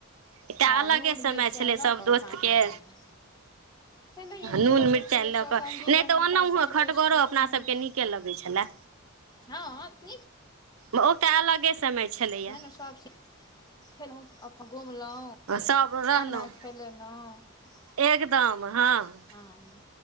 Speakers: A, on the right (about 80°); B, on the left (about 20°).
A: एकटा
B: हँ
A: अलगे
B: नून
A: समय
B: मिरचाइ
A: छलै
B: लऽ
A: सभ
B: कऽ
A: दोस्तके।
B: काँच आम बनै छलैए नीक
A: नून
B: लगैत
A: मिर्चाई
B: छलै सभ
A: लऽ के
B: सङ्गी
A: नै
B: बहिन
A: तऽ
B: पा
A: ओनहुहे
B: सङ्गे
A: खटगरो
B: बैसि कऽ
A: अपना
B: खेनाइ
A: सभके नीके लगै छलए।
B: हँ नीक
A: ओ एटा अलगे समय छलैएा
B: सब स फेनहुँ, अप्पन घुमलहुँ,
A: सभ रहलहुँ
B: अङ्गना खेलेलौंह
A: एकदम, हाँ
B: हं-हं